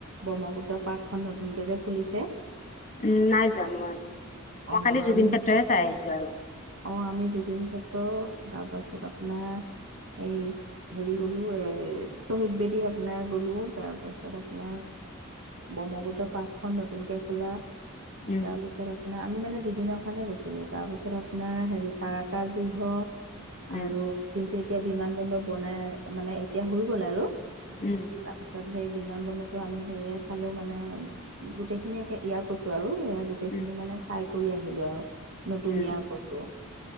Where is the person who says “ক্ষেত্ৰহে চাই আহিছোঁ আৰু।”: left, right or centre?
Left